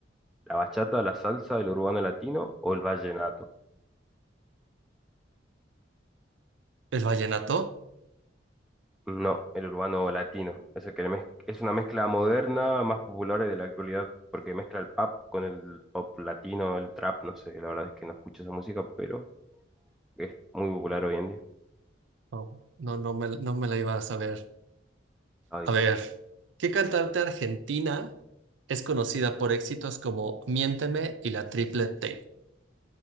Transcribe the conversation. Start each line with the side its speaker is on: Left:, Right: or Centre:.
Centre: ¿La bachata, la salsa, el urbano latino o el vallenato?
Right: el vallenato.
Centre: No, el urbano latino. Es, el que mez- es una mezcla moderna, más popular de la actualidad, porque mezcla el pop con el pop latino, el trap, no sé, la verdad es que no escucho esa música, pero es muy popular hoy en día.
Right: No, no, no me, no me la iba a saber.
Centre: Ah, difícil.
Right: A ver, ¿qué cantante argentina es conocida por éxitos como Miénteme y la Triple T?